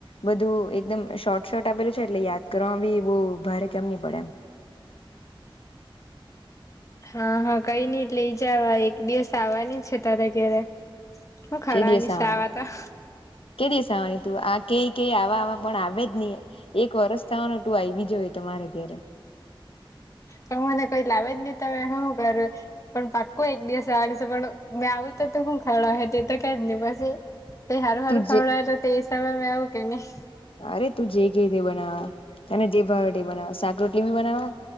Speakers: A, on the left (about 80°); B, on the left (about 35°).
A: બધું એકદમ શોર્ટ શોર્ટ આપેલું છે એટલે યાદ કરવાવામાં બી બહ ભારે કેમ નહી પડે એમ
B: હા હા કઈ નઈ લઈ જવા એક દિવસ આવવાની છે તારે ઘરે હું ખડાવાની
A: કે દિવસ આવવાનું
B: શા વાતા
A: કે દિવસ તું આ કઈ કઈ આવામાં પણ આવે જ નહી એક વર્ષ ચાનો ટું આય બીજો હોય તમારે ઘેરે
B: પણ મને કઈ લાવે જ નહી ત શું કર્યું પણ પાક્કો એક દિવસ આવડ છે પણ મેં આવ તો તો હું ખાડા હ તે તો ક જની પાસેે તે સારું સારું
A: તું
B: ખવડાયે
A: જે
B: તો તે એ હિસાબે અ આવું કે નહી
A: અરે તું જે ક દે બનાવા અને જે ભાવ બનાવ શાક રોટલી બી બનાવા